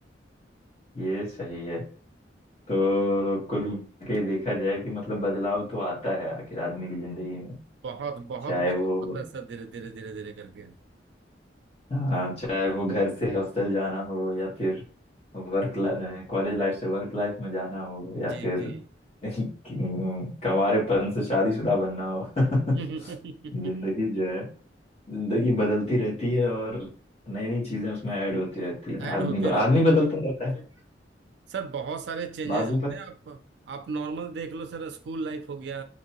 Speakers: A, on the left; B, on the right.
A: ये सही है तो कुल मिला के देखा जाए कि मतलब बदलाव तो आता है आखिर आदमी की जिंदगी में
B: बहुत बहुत
A: चाहे
B: बदलाव
A: वो
B: आता है सर धीरे धीरे धीरे धीरे करके
A: हाँ चाहे वो घर से हॉस्टल जाना हो या फिर वर्क कॉलेज लाइफ से वर्क लाइफ में जाना हो या
B: जी
A: फिर
B: जी
A: <laughs> कंवारेपन से शादीशुदा बनना हो <laughs>
B: <laughs>
A: जिंदगी जो है जिंदगी बदलती रहती है और नई नई चीजें उसमें ऐड होती रहती है
B: ऐड
A: आदमी
B: होते रहते
A: आदमी
B: हैं
A: बदलता रहता है
B: सर बहुत सारे चेंजेस
A: बाद
B: होते
A: में फिर
B: हैं आप आप नॉर्मल देख लो सर स्कूल लाइफ हो गया